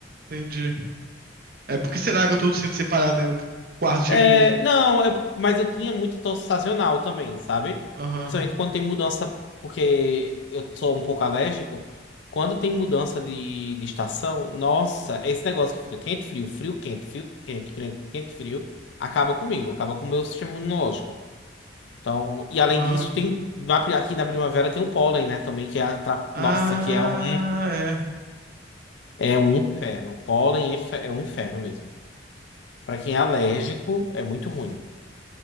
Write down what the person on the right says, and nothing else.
Entendi. É, por que será que eu tô sinto separar, né? O quarto cheio
de mofo.
Aham,
aham.
Ah,
é.